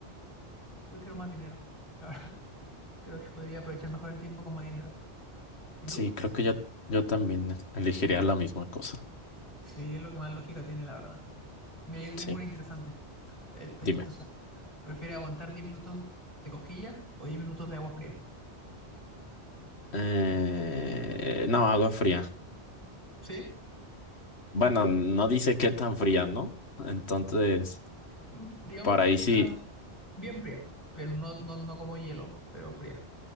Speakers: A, on the left; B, on the left.
A: Prefiero más dinero. La verdad, <laughs> creo que podría aprovechar mejor el tiempo con más dinero. ¿Y
B: Sí,
A: tú?
B: creo que yo, yo también elegiría la misma cosa.
A: Sí, es lo que más lógica tiene, la verdad. Mira, yo te
B: Sí,
A: tengo una interesante. Eh, Está
B: dime.
A: chistosa. ¿Prefieres aguantar 10 minutos de cosquillas o 10 minutos de agua fría?
B: Eh, no, agua fría.
A: Sí,
B: Bueno, no dice qué tan fría, ¿no? Entonces,
A: mm, digamos
B: para
A: fría,
B: ahí sí,
A: bien fría, pero no, no, no como hielo, pero fría.